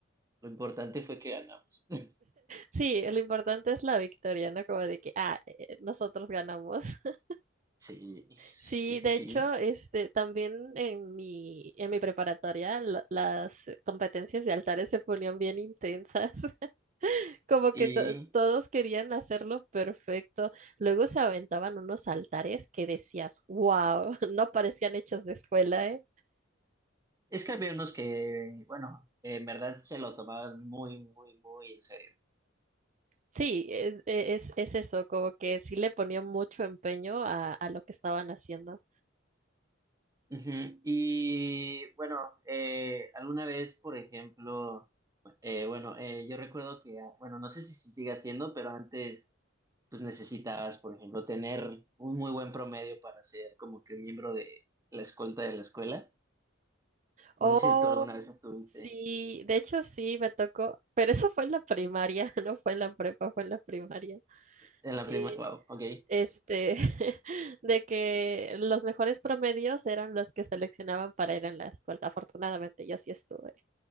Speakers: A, on the right; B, on the right.
A: lo importante fue que ganamos. <laughs>
B: Sí, lo importante es la victoria, ¿no? Como de que, ah, eh, nosotros ganamos. <laughs>
A: Sí,
B: Sí,
A: sí, sí,
B: de
A: sí.
B: hecho, este, también en mi, en mi preparatoria la- las competencias de altares se ponían bien intensas, <laughs> como
A: Y
B: que to- todos querían hacerlo perfecto. Luego se aventaban unos altares que decías, wow, <laughs> no parecían hechos de escuela, ¿eh?
A: es que había unos que, bueno, en verdad se lo tomaban muy, muy, muy en serio.
B: Sí, es, e, es, es eso, como que sí le ponían mucho empeño a, a lo que estaban haciendo.
A: Ujú. Y bueno, eh, alguna vez, por ejemplo... Eh, bueno, eh, yo recuerdo que, ah, bueno, no sé si se sigue haciendo, pero antes, pues necesitabas, por ejemplo, tener un muy buen promedio para ser como que miembro de la escolta de la escuela.
B: Oh,
A: No sé si tú alguna vez estuviste
B: sí, de hecho sí, me tocó, pero eso fue en la primaria, <laughs> no fue en la prepa, fue en la primaria.
A: en la
B: Sí,
A: prima, wow, ok,
B: este, <laughs> de que los mejores promedios eran los que seleccionaban para ir en la escuela. Afortunadamente yo sí estuve.